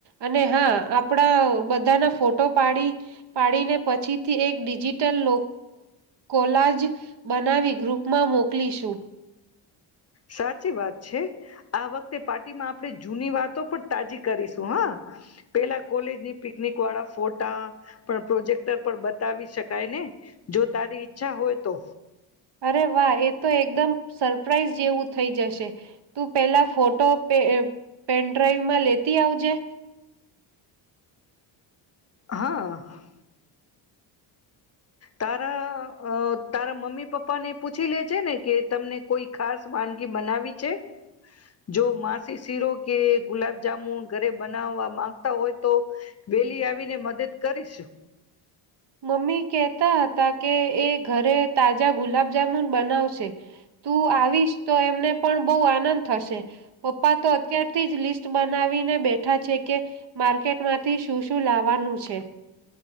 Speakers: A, on the right; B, on the left.
A: અને હા આપણા બધાના ફોટો પાડી પાડીને પછીથી એક ડિજિટલ કોલાજ બનાવી ગ્રુપ માં મોકલીશું.
B: સાચી વાત છે આ વખતે પાર્ટીમાં આપણે જૂની વાતો પણ તાજી કરીશું હા પેલા કોલેજની પિકનિક વાળા ફોટા પણ પ્રોજેક્ટર પણ બતાવી શકાય ને જો તારી ઈચ્છા હોય તો
A: અરે વાહ એ તો એકદમ સરપ્રાઈઝ જેવું થઈ જશે તું પેલા ફોટો પેનડ્રાઈવમાં લેતી આવજે
B: હા. તારા તારા મમ્મી પપ્પા ને પૂછી લે છે ને કે તમને કોઈ ખાસ વાનગી બનાવી છે જો માસી શીરો કે ગુલાબજામુન ઘરે બનાવવા માંગતા હોય તો વેલી આવીને મદદ કરીશું.
A: મમ્મી કહતા હતા કે એ ઘરે તાજા ગુલાબજામુન બનાવશે. તું આવીશ તો એમને પણ બહુ આનંદ થશે. પપ્પા તો અત્યારથી જ લિસ્ટ બનાવીને બેઠા છે કે માર્કેટમાંથી શું શું લાવવાનું છે.